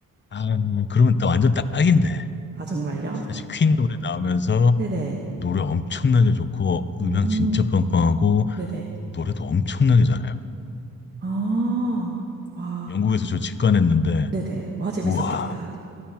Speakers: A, on the left; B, on the right.
A: 아 그러면 또 완전 딱인데
B: 아, 정말요?
A: 사실 퀸 노래 나오면서
B: 네네.
A: 노래 엄청나게 좋고
B: 음,
A: 음향 진짜 빵빵하고
B: 네네.
A: 노래도 엄청나게 잘해요.
B: 아, 와,
A: 영국에서 저 직관했는데
B: 네네. 와, 재밌었겠다.
A: 우와